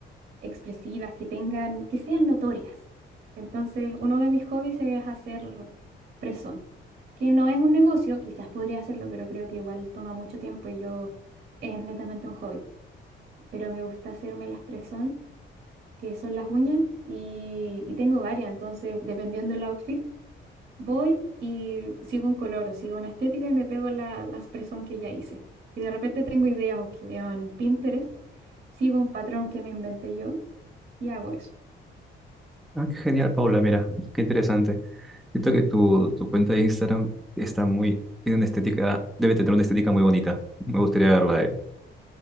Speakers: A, on the right (about 55°); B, in the centre.
A: expresivas, que tengan, que sean notorias. Entonces, uno de mis hobbies es hacer press-on, que no es un negocio, quizás podría hacerlo, pero creo que igual toma mucho tiempo y yo es netamente un hobby pero me gusta hacerme las presón, que son las uñas, y, y tengo varias, entonces dependiendo del outfit, voy y sigo un color o sigo una estética y me pego la, las presón que ya hice. Y de repente tengo ideas o que veo en Pinterest, sigo un patrón que me inventé yo y hago eso.
B: Ah, qué genial, Paula, mira, qué interesante. Siento que tu, tu cuenta de Instagram está muy, tiene una estética, debe tener una estética muy bonita. Me gustaría verla ahí.